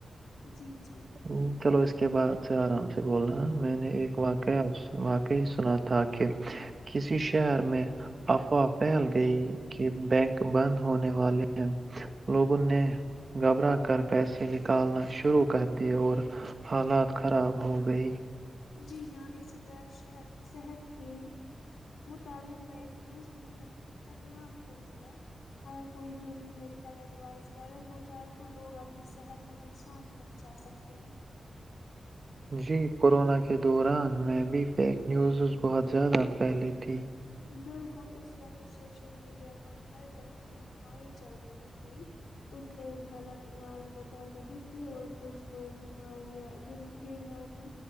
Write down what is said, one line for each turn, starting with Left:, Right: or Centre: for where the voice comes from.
Left: جی جی
Right: ہوں، چلو اس کے بعد سے آرام سے بولنا میں نے ایک واقع آپ سے واقعی سنا تھا کہ کسی شہر میں افواہ پھیل گئی کہ بینک بند ہونے والے لوگوں نے گھبرا کر پیسے نکالنا شروع شروع کر دی اور حالات خراب ہو گئی
Left: جی ہاں اسی طرح شد صحت کے متعلق ف ایک نیوز بھی بہت خطرناک ہوتی ہے اگر کوئی جوٹی میڈیکل ایڈوائس وائرل ہو جائے تو لوگ اپنی صحت کو نقصان پہنچا سکتے ہیں
Right: جی کورونا کے دوران میں بھی فیک نیوزز بہت زیادہ پھیلی تھی
Left: بالکل اس وقت سوشل میڈیا پر ہر طرح کی افواہیں چل رہی تھی کچھ لوگ غلط علاج بتا رہے تھے اور کچھ لوگ بیماریاں بیےمانی